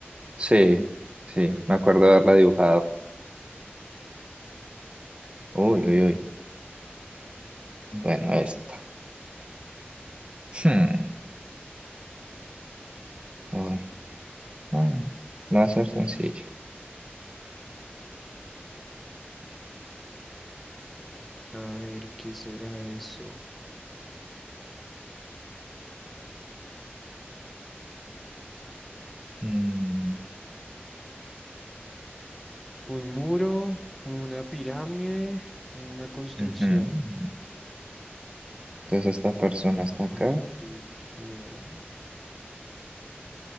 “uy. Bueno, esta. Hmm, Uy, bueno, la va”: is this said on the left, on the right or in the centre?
Right